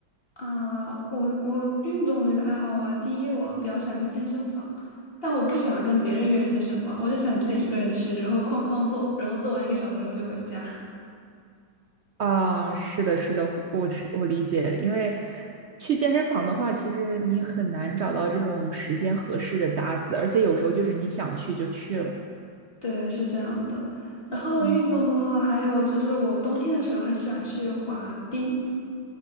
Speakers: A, on the left; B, on the right.
A: 啊，我我运动类的爱好的话，第一我比较喜欢去健身房，但我不喜欢跟别人约着健身房，我就喜欢自己一个人去，然后哐哐做，然后做完一个小时之后就回家。
B: 啊，是的，是的，我是我理解，因为去健身房的话，其实你很难找到这种时间合适的搭子，而且有时候就是你想去就去了。
A: <laughs> 对，是这样的。然后运动的话，
B: 嗯
A: 还有就是我冬天的时候很喜欢去滑冰，